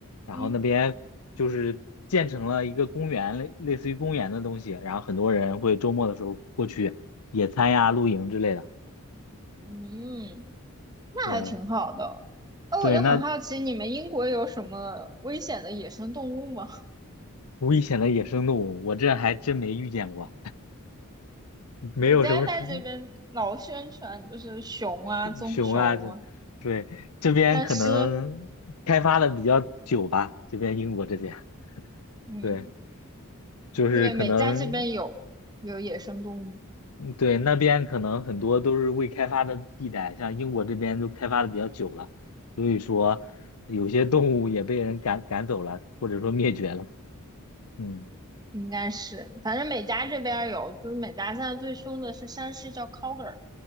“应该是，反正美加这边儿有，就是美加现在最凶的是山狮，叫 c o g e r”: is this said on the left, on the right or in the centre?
Right